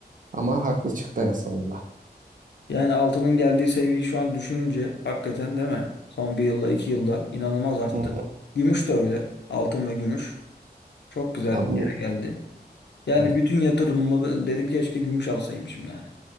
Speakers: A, on the right; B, on the left.
A: Ama haklı çıktı en sonunda.
B: Yani altının geldiği seviyeyi şu an düşününce hakikaten değil mi? Son bir yılda iki yılda inanılmaz arttı.
A: Hı hı.
B: Gümüş de öyle. Altın ve gümüş. Çok güzel
A: Ya bu
B: bir yere geldi. Yani
A: ya-
B: bütün yatırımımı dedim keşke gümüş alsaymışım yani.